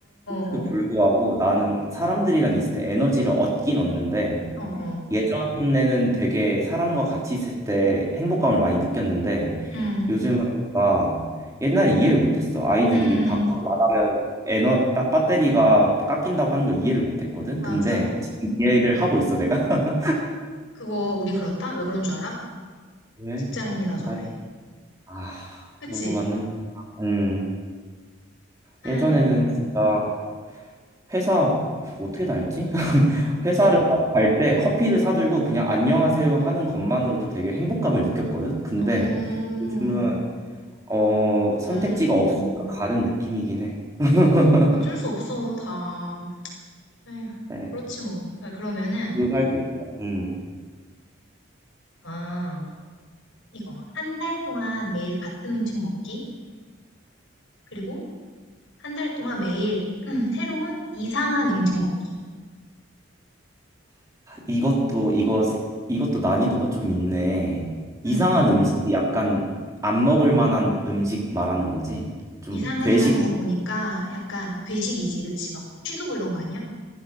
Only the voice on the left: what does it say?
어,
어, 어.
음,
음,
맞아.
그거 우리 그렇다? 왜 그런 줄 알아?
직장인이라서
그래.
그치?
에이,
음,
음.
어쩔 수 없어, 다. 에휴,
그렇지 뭐. 아, 그러면은,
아, 이거. 한 달 동안 매일 같은 음식 먹기. 그리고 한 달 동안 매일 음, 새로운 이상한 음식 먹기.
음,
이상한이라는
거 보니까 약간 괴식이지, 그치? 막 취두부 이런 거 아니야?